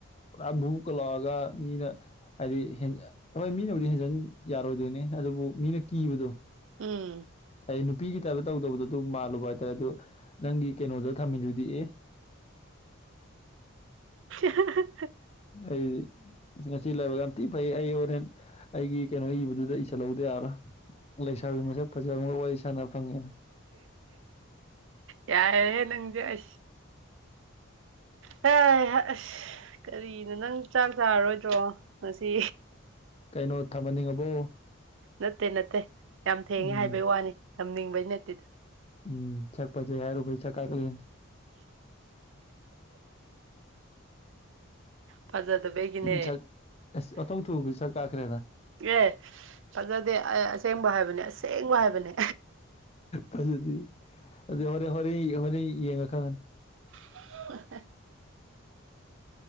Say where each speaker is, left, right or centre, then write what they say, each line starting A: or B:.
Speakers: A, on the left (about 30°); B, on the right (about 65°).
A: ꯄꯨꯔꯥ ꯕꯨꯀ ꯂꯥꯛꯑꯒ ꯃꯤꯅ ꯍꯥꯏꯗꯤ ꯍꯣꯏ ꯃꯤꯅꯕꯨꯗꯤ ꯍꯦꯟꯖꯤꯟ ꯌꯥꯔꯣꯏꯗꯣꯏꯅꯦ ꯑꯗꯨꯕꯨ ꯃꯤꯅ ꯀꯤꯕꯗꯣ
B: ꯎꯝ
A: ꯑꯩ ꯅꯨꯄꯤꯒꯤ ꯇꯥꯏꯞꯇ ꯇꯧꯗꯕꯗ ꯑꯗꯨꯝ ꯃꯥꯜꯂꯨꯕ ꯍꯥꯏꯇꯥꯔꯦ ꯑꯗꯨꯣ ꯅꯪꯒꯤ ꯀꯩꯅꯣꯗ ꯊꯝꯃꯤꯗꯨꯗꯤ ꯑꯦ
B: ꯍꯤ ꯍ ꯍ ꯍ
A: ꯑꯩꯗꯤ ꯉꯁꯤ ꯂꯥꯏꯕꯥꯛ ꯌꯥꯝ ꯊꯤ ꯐꯩ ꯑꯩ ꯍꯣꯔꯦꯟ ꯑꯩꯒꯤ ꯀꯩꯅꯣ ꯏꯕꯗꯨꯗ ꯏꯁꯜꯍꯧꯗ ꯌꯥꯔꯥꯔꯣꯏ ꯂꯩꯁꯥꯕꯤ ꯃꯁꯛ ꯐꯖꯕ ꯑꯃꯒ ꯋꯥꯔꯤ ꯁꯥꯟꯅ ꯐꯪꯉꯦꯅ
B: ꯌꯥꯏꯌꯦ ꯅꯪꯖꯨ ꯑꯁ ꯍꯩꯍ ꯑꯁ ꯀꯔꯤꯅꯣ ꯅꯪ ꯆꯥꯛ ꯆꯥꯔꯔꯣꯏꯗ꯭ꯔꯣ ꯉꯁꯤ
A: ꯀꯩꯅꯣ ꯊꯝꯍꯟꯅꯤꯡꯉꯕꯣ
B: ꯅꯠꯇꯦ ꯅꯠꯇꯦ ꯌꯥꯝ ꯊꯦꯡꯉꯦ
A: ꯎꯝ
B: ꯍꯥꯏꯕꯩ ꯋꯥꯅꯤ ꯊꯝꯅꯤꯡꯕꯩ ꯅꯠꯇꯦꯗ
A: ꯎꯝ ꯁꯛ ꯐꯖꯩ ꯍꯥꯏꯔꯨꯕꯩ ꯁꯛ ꯀꯛꯂꯛ ꯑꯅꯦ
B: ꯐꯖꯗꯕꯩꯒꯤꯅꯦ
A: ꯆꯛ ꯑꯁ ꯑꯣꯊꯣꯛ ꯊꯨꯒ꯭ꯔꯦ ꯆꯛꯀꯀꯦꯔ
B: ꯑꯦ ꯐꯖꯗꯦ ꯑ ꯑꯁꯦꯡꯕ ꯍꯥꯏꯕꯅꯦ ꯑꯁꯦꯡꯕ ꯍꯥꯏꯕꯅꯦ
A: ꯐꯖꯅꯤ ꯑꯗꯨ ꯍꯣꯔꯦꯟ ꯍꯣꯔꯦꯟ ꯍꯣꯔꯤ ꯌꯦꯡꯉ ꯈꯪꯉꯅꯤ
B: ꯍ ꯍ <unintelligible>